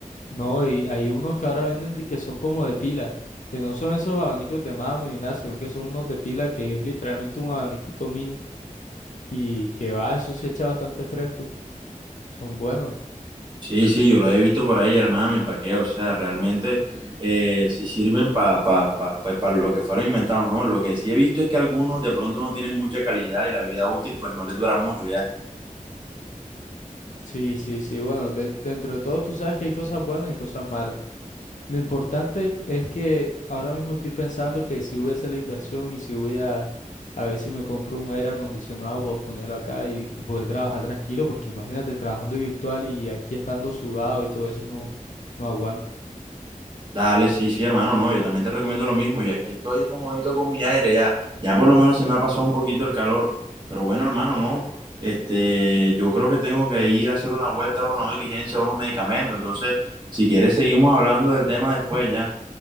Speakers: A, on the left; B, on the right.
A: No, y hay unos que ahora venden de- que son como de pila, que no son esos abanicos de mano, Ignacio, aunque son unos de pila que es literalmente un abaniquito mini y que va, eso se echa bastante fresco. Son buenos.
B: Sí, sí, yo lo he visto por ahí, hermano, y para qué, o sea, realmente eh, sí sirven para pa, pa, pa- pues, para lo que fueron inventados, ¿no? Lo que sí he visto es que algunos de pronto no tienen mucha calidad y la vida útil pues no les dura mucho, ya.
A: Sí, sí, sí, bueno, de- dentro de todo tú sabes que hay cosas buenas y cosas malas. Lo importante es que ahora mismo estoy pensando que si voy a hacer la inversión y si voy a, a ver si me compro un aire acondicionado para ponerlo acá y, y poder trabajar tranquilo, porque imagínate trabajando virtual y aquí estando sudado y todo eso no, no aguanta.
B: Dale, sí, sí, hermano, no, yo también te recomiendo lo mismo y aquí estoy comodito con mi aire, ya, ya por lo menos se me ha pasado un poquito el calor, pero bueno, hermano, no, este, yo creo que tengo que ir a hacer una vuelta, ahora una diligencia, unos medicamentos, entonces, si quieres seguimos hablando del tema después, ya,